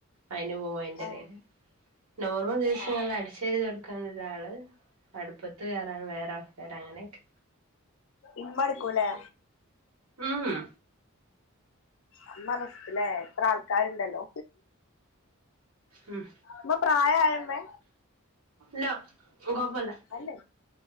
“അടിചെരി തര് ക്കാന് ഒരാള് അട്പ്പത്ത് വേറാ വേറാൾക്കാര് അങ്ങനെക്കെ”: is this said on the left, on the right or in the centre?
Right